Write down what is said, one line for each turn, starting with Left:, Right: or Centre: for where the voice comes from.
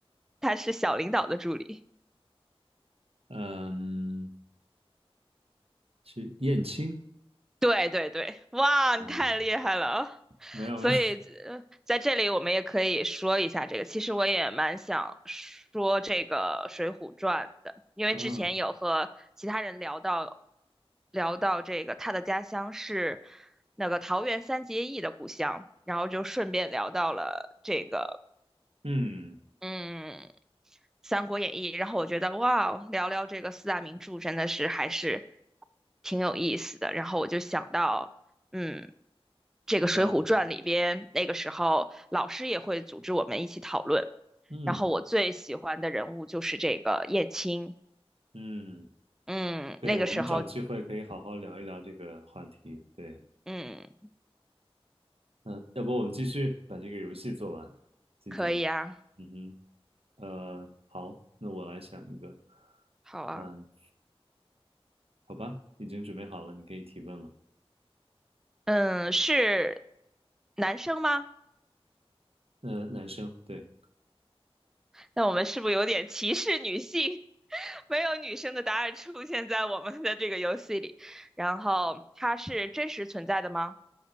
Centre: 他是小领导的助理。
Right: 嗯，是燕青？
Centre: 对对对，哇，
Right: 哦，
Centre: 你太厉害了！
Right: 没有没有，
Centre: 所以，呃在这里我们也可以说一下这个。其实我也蛮想说这个《水浒传》的，因为之前有和其他人聊到，
Right: <laughs> 嗯
Centre: 聊到这个他的家乡是那个桃园三结义的故乡，然后就顺便聊到了这个
Right: 嗯，
Centre: 嗯，《三国演义》，然后我觉得哇，聊聊这个四大名著真的是还是挺有意思的。然后我就想到，嗯，这个《水浒传》里边，
Right: 对啊，
Centre: 那个时候老师也会组织我们一起讨论。
Right: 嗯
Centre: 然后我最喜欢的人物就是这个燕青，
Right: 嗯，
Centre: 嗯，
Right: 对，
Centre: 那个时候，
Right: 我们找机会可以好好聊一聊这个话题，对。
Centre: 嗯，
Right: 嗯，要不我们继续把这个游戏做完。今天，
Centre: 可以啊，
Right: 嗯哼，呃，好，那我来想一个。
Centre: 好啊，
Right: 嗯，好吧，已经准备好了，你可以提问了。
Centre: 嗯，是男生吗？
Right: 呃，男生，对
Centre: 那我们是不是有点歧视女性？<laughs> 没有女生的答案出现在我们的这个游戏里。然后它是真实存在的吗